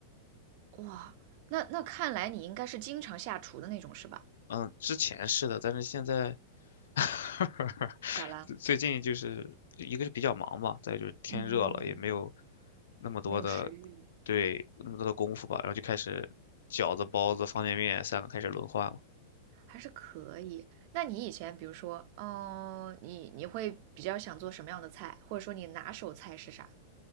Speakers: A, on the right; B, on the left.
A: 哇，那那看来你应该是经常下厨的那种是吧？
B: 嗯，之前是的，但是现在 <laughs>
A: 咋啦？
B: 最最近就是一个是比较忙嘛，再就是天热了，
A: 嗯，
B: 也没有那么多的
A: 没有食欲。
B: 对那么多的功夫吧，然后就开始饺子、包子、方便面三个开始轮换了。
A: 还是可以。那你以前比如说，嗯、你你会比较想做什么样的菜，或者说你拿手菜是啥？